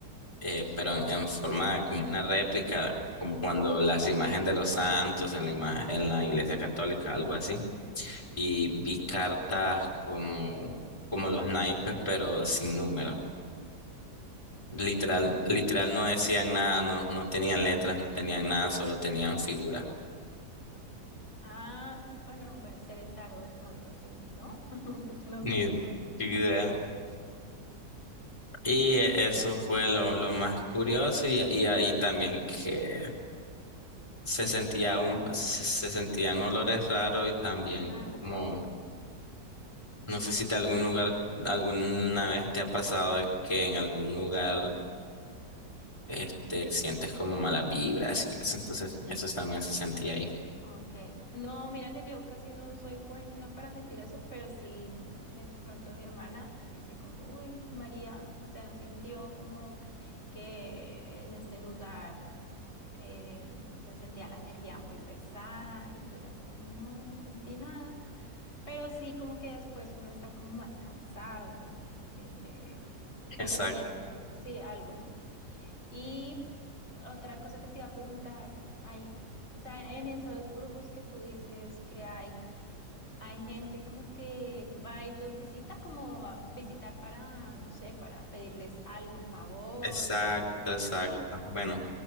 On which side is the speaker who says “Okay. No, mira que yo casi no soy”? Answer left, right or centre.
Left